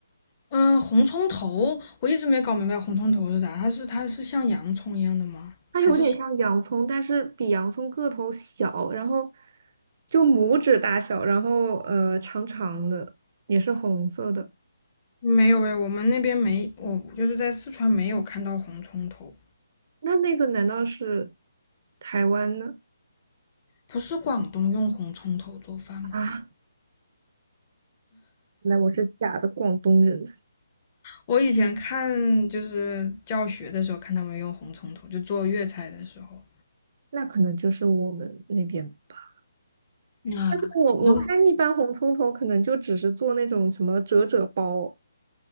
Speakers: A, on the left; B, on the right.
A: 嗯，红葱头我一直没搞明白红葱头是啥，它是它是像洋葱一样的吗？
B: 它有点像洋葱，
A: 还是？
B: 但是比洋葱个头小，然后就拇指大小，然后呃长长的，也是红色的。
A: 没有哎，我们那边没，我就是在四川没有看到红葱头。
B: 那那个难道是台湾的
A: 不是广东用红葱头做饭吗？
B: 啊？那我是假的广东人，
A: 我以前看就是教学的时候看他们用红葱头，就做粤菜的时候。
B: 那可能就是我们那边吧。
A: 啊，
B: 但是我我看一般红葱头可能就只是做那种什么折折包。
A: 怎么样